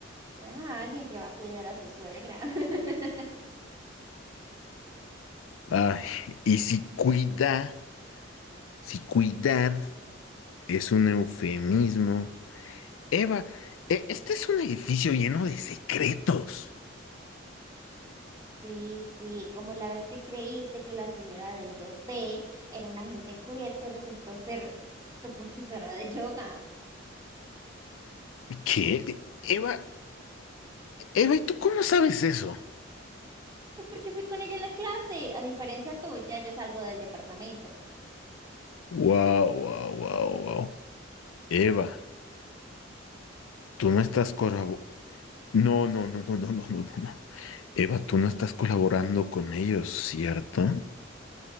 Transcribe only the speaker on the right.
Suena a alguien que va a cuidar a su suegra. <laughs>
Sí, sí, como la vez que creíste que la señora del 2B era una agente encubierta y resultó ser tu profesora de yoga.
Pues porque fui con ella a la clase, a diferencia tuya, yo salgo del departamento.